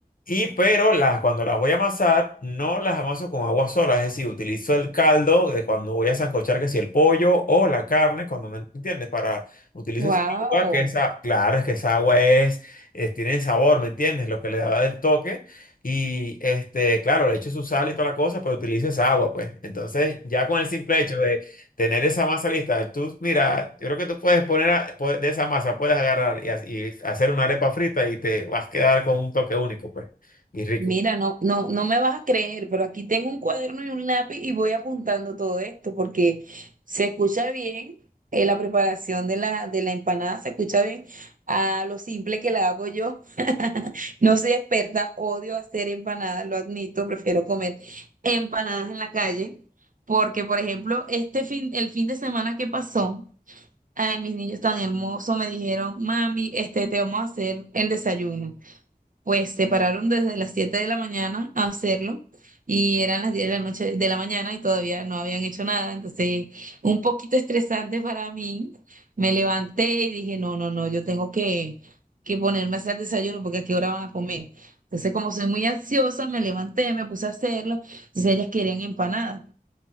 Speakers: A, on the left; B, on the right.
A: Y pero las, cuando las voy a amasar, no las amaso con agua sola, es decir, utilizo el caldo de cuando voy a sancochar, que si el pollo o la carne, cuando me entiendes, para utilizar
B: Wow.
A: esa agua, que esa, claro, es que esa agua es, es- tiene sabor, ¿me entiendes? Lo que le da el toque. Y este, claro, le echo su sal y toda la cosa, pero utilizo esa agua, pues. Entonces, ya con el simple hecho de tener esa masa lista, tú, mira, yo creo que tú puedes poner a- puedes- de esa masa, puedes agarrar y, ha- y hacer una arepa frita y te vas a quedar con un toque único, pues y rico.
B: Mira, no, no, no me vas a creer, pero aquí tengo un cuaderno y un lápiz y voy apuntando todo esto porque se escucha bien eh, la preparación de la, de la empanada, se escucha bien a lo simple que la hago yo. <laughs> No soy experta, odio hacer empanadas, lo admito, prefiero comer empanadas en la calle porque, por ejemplo, este fin, el fin de semana que pasó, ay, mis niños tan hermosos me dijeron, mami, este, te vamos a hacer el desayuno. Pues se pararon desde las 7 de la mañana a hacerlo y eran las 10 de la noche de la mañana y todavía no habían hecho nada, entonces un poquito estresante para mí. Me levanté y dije, no, no, no, yo tengo que, que ponerme a hacer desayuno porque a qué hora van a comer. Entonces como soy muy ansiosa, me levanté, me puse a hacerlo, entonces ellas querían empanadas.